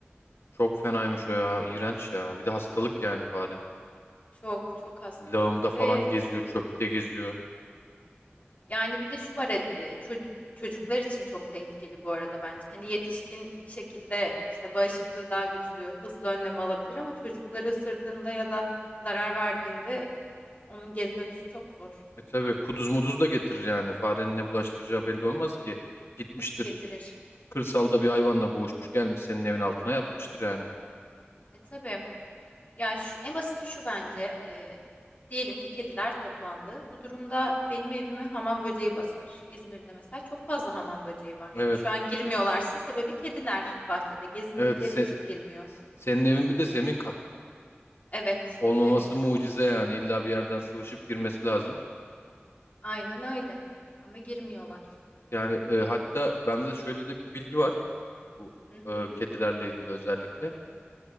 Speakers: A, on the left (about 80°); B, on the left (about 40°).
A: çok fenaymış o ya. İğrenç ya. Bir de hastalık yani fare.
B: Çok çok hastalık
A: Lağımda falan
B: ve
A: geziyor, çöpte geziyor.
B: yani bir de şu var hadi ço- çocuklar için çok tehlikeli bu arada bence. Hani yetişkin bir şekilde işte bağışıklığı daha güçlü, hızlı önlem alabilir ama çocukları ısırdığında ya da zarar verdiğinde onun geri dönüşü çok zor
A: E tabii kuduz muduz da getirir yani. Farenin ne bulaştıracağı belli olmaz ki. Gitmiştir
B: getirir.
A: kırsalda bir hayvanla boğuşmuş gelmiş senin evin altına yatmıştır yani.
B: E tabii. Ya şu, en basiti şu bence. e, diyelim ki kediler toplandı. Bu durumda benim evimi hamam böceği basar. İzmir'de mesela çok fazla hamam böceği var.
A: Evet.
B: Şu an girmiyorlarsa sebebi kediler bahçede gezindikleri
A: Evet se-
B: için girmiyor.
A: senin evin bir de zemin kat.
B: Evet,
A: Olmaması
B: zemin kat.
A: mucize yani. İlla bir yerden sıvışıp girmesi lazım.
B: Aynen öyle. Ama girmiyorlar.
A: Yani e, hatta bende şöyle de bir bilgi var. Bu
B: Hı hı.
A: e, kedilerle ilgili özellikle.